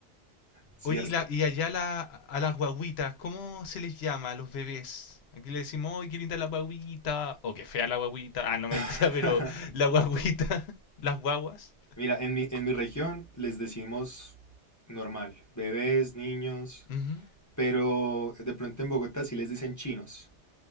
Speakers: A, on the left; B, on the left.
A: Sí,
B: Oye,
A: hasta.
B: y, la- y allá la- a las guaguitas, ¿cómo se les llama a los bebés? Aquí le decimos, ¡ay, qué linda la guaguita! O qué fea la guaguita. Ah, no, <laughs> mentira,
A: <laughs>
B: pero la guaguita, <laughs> las guaguas.
A: Mira, en mi, en mi región les decimos normal, bebés, niños,
B: Ujú.
A: pero de pronto en Bogotá sí les dicen chinos.